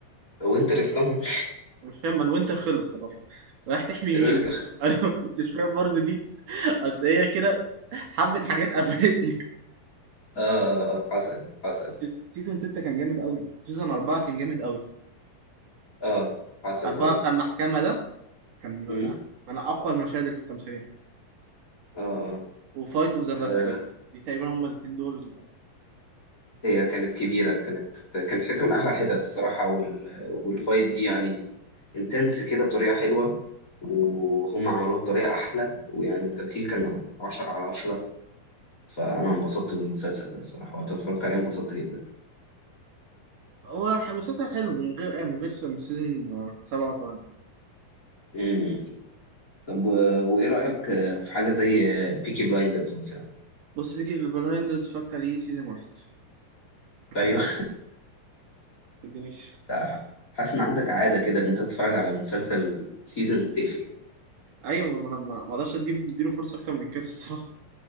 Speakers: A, on the left; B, on the right.
A: وينتر از كامينج
B: مش فاهم ما الوينتر خلص خلاص رايح تحمي
A: الوينتر
B: مين بقى؟
A: <laughs>
B: <laughs> أنا ما كنتش فاهم برضه دي بس هي كده حبة حاجات قفلتني
A: آه آه، آه، حصل حصل
B: اصل سيزون 6 كان جامد قوي سيزون 4 كان جامد قوي
A: آه حصل
B: 4
A: برضه
B: بتاع المحكمة ده كان
A: أمم،
B: من اقوى المشاهد اللي في التمثيلية
A: آه آه
B: وفايت اوف ذا باسترد
A: آه،
B: دي تقريبا هما الاثنين دول
A: هي كانت كبيرة كانت كانت حتة من أحلى حتت الصراحة وال... والفايت دي يعني انتنس كده بطريقة حلوة وهم عملوها بطريقة أحلى ويعني التمثيل كان عشرة على عشرة فانا انبسطت بالمسلسل ده الصراحه وقت ما اتفرجت عليه انبسطت جدا
B: هو ح- مسلسل حلو من غير آه، من غير سيزون 7 و8
A: امم طب و- وايه رايك آه، في حاجه زي بيكي بلايندرز مثلا
B: بص بيجي البلايندرز اتفرجت عليه سيزون واحد ما شدنيش
A: ايوه
B: ما شدنيش
A: ده حاسس ان عندك عاده كده ان انت تتفرج على المسلسل سيزون وتقفل
B: ايوه ما انا ما ما اقدرش اديله اديله فرصه اكتر من كده الصراحه